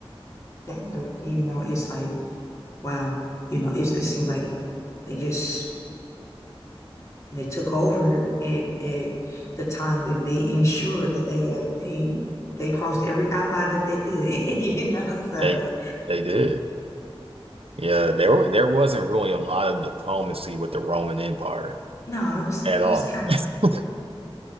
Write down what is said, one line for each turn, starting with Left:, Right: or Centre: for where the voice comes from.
Left: That the you know, it's like wow, you know, it's, it seemed like they just and they took over at, at the time and they ensured that they uh, they they crossed every ally that they could <laughs> you know so
Right: they they did. Yeah, there were there wasn't really a lot of diplomacy with the Roman Empire
Left: <laughs> no it was
Right: at
Left: it
Right: all.
Left: was kind
Right: <laughs>
Left: of